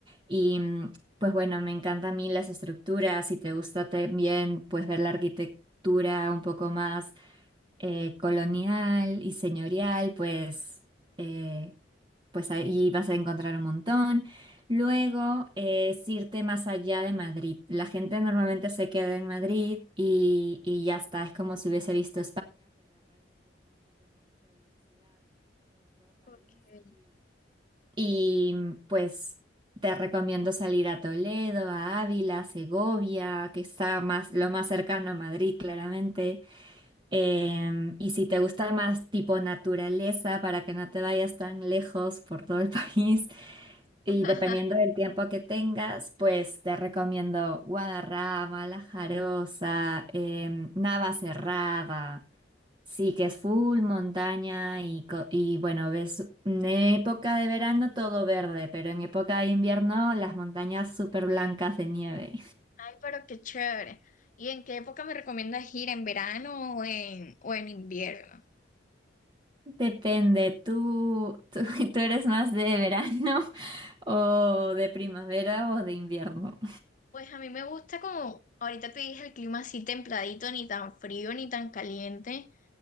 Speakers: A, on the right (about 25°); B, on the left (about 45°).
A: Y mm, pues bueno, me encanta a mí las estructuras, si te gusta también pues ver la arquitectura un poco más eh, colonial y señorial, pues, eh, pues ahí vas a encontrar un montón. Luego eh, es irte más allá de Madrid. La gente normalmente se queda en Madrid y, y ya está, es como si hubiese visto
B: Okay.
A: y pues te recomiendo salir a Toledo, a Ávila, Segovia, que está más, lo más cercano a Madrid, claramente. Em, y si te gusta más tipo naturaleza, para que no te vayas tan lejos por todo el <laughs> país, y
B: <laughs>
A: dependiendo del tiempo que tengas, pues te recomiendo Guadarrama, La Jarosa, em, Navacerrada. Sí, que es full montaña y, co- y bueno, ves en época de verano todo verde, pero en época de invierno las montañas súper blancas de nieve.
B: Ay, pero qué chévere. ¿Y en qué época me recomiendas ir? ¿En verano o en, o en invierno?
A: <laughs> Depende, ¿tú, tú, <laughs> tú eres más de verano <laughs> o de primavera o de invierno?
B: Pues a mí me gusta como, ahorita te dije, el clima así templadito, ni tan frío ni tan caliente.